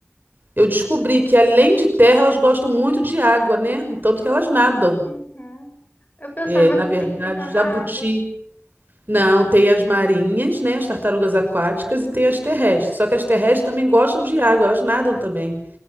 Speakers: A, on the right; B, on the left.
A: eu descobri que além de terra, elas gostam muito de água, né? Tanto que elas nadam.
B: Uhum. Eu pensava
A: É, na
B: que
A: verdade,
B: tinha que ficar na
A: jabuti.
B: água.
A: Não, tem as marinhas, né? As tartarugas aquáticas
B: Hum,
A: e tem as terrestres. Só que as terrestres também gostam de água, elas nadam também.